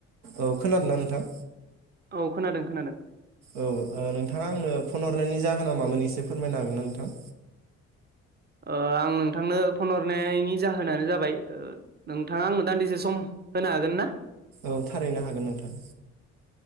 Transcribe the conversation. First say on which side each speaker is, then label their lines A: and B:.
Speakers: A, on the right; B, on the right.
A: औ खोनादोंनाा नोंथां?
B: औ खोनादों खोनादों
A: औ ओ नोंथाङा आंनो फन हरनायनि जाहोना मामोन एसे फोरमायनो हागोन ना नोंथां?
B: ओ आं नोंथांनो फन हरनायनि जाहोनानो जाबाय ओ नोंथाङा आंनो दान्दिसे सम होनो हागोन ना?
A: औ थारैनो हागोन नोंथां।